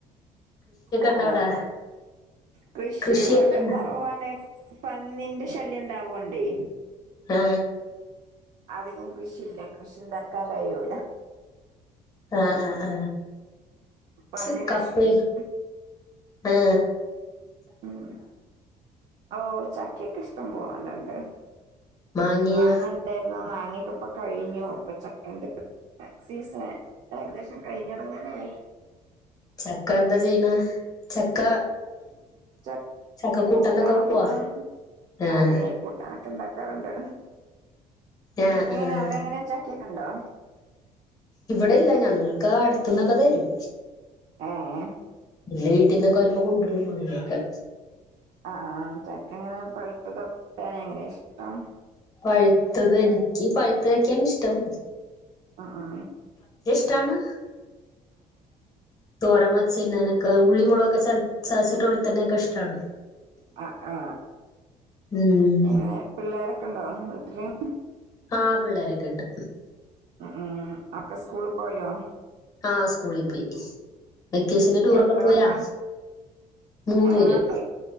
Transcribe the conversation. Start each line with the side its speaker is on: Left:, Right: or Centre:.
Right: ആ
Left: ഉണ്ടോ
Right: ആ
Left: അവിടെ?
Right: ആ കൃഷി
Left: കൃഷിയൊക്കെ
Right: ഇവിടെ
Left: ഉണ്ടോ?
Right: കുറവാണ് പന്നിന്റെ ശല്യംണ്ടാവോണ്ടേ
Left: ആ
Right: അധികം കൃഷില്ല കൃഷി ഉണ്ടാക്കാൻ കഴിയൂ ല
Left: ആ ആ ആ
Right: പന്നി
Left: ച്ച് കപ്പേ
Right: നശിപ്പിക്കും
Left: ആ
Right: ഉം ഓ ചക്കയൊക്കെ ഇഷ്ടം പോലെ <unintelligible>
Left: മാങ്ങിയ
Right: മാങ്ങണ്ടായിരുന്നോ മങ്ങേൻ ഇപ്പൊ കഴിഞ്ഞു ഇപ്പൊ ചക്കന്റെ സീസൺ ഏകദേശം കഴിഞടങ്ങാനയി
Left: ചക്ക എന്താ ചെയ്യണ് ചക്ക
Right: ച
Left: ചക്ക കൂട്ടാനൊക്കെ
Right: കൂട്ടാൻ
Left: വെക്കുവോ
Right: വെക്കും
Left: ആഹ്
Right: അതെ കൂട്ടാനൊക്കെ ഉണ്ടാക്കാറുണ്ട്
Left: ആഹ്
Right: ഇങ്ങക്കെങ്ങനെ
Left: ആഹ്
Right: അവിടെ എങ്ങനെ ചക്കെ ണ്ടോ
Left: ഇവിടെ ഇല്ല ഞങ്ങൾക്ക് അടുത്തുന്നക്ക തരും
Right: ആ ആ
Left: എന്റെ വീട്ടിൽന്നൊക്കെ വരുമ്പോ കൊണ്ടുരും അങനെയൊകെ
Right: ആ ആ ചക്കെ എങ്ങനെ പഴുത്തത നിക്ക അങ്ങനെ ഇഷ്ടം
Left: പഴുത്തത് എനിക്ക് പഴുത്തതൊക്കെയാണ് ഇഷ്ടം
Right: ആ ആ
Left: ട്ടാണ് തോരമതി ചിന്ന നൊക്ക ഉള്ളിമൊളകൊക്കെ ചാച്ച്ട്ട് ഓൽത്തന്നെക്കെ ഇഷ്ടണോ
Right: ആ ആ
Left: ഉം
Right: ങ്ങ പിള്ളേര ക്കണ്ടോ വീട്ടിലും
Left: ആ പിള്ളേരൊക്കെ ഉണ്ട്
Right: ഉം ഉം ആ ഒക്കെ സ്കൂളിൽ പോയോ
Left: ആഹ് സ്കൂളിൽ പോയി വെക്കേഷന് ടൂറൊക്കെ
Right: എത്ര
Left: പോയാ
Right: മക്ക
Left: മൂന്ന്
Right: <unintelligible>
Left: പേര്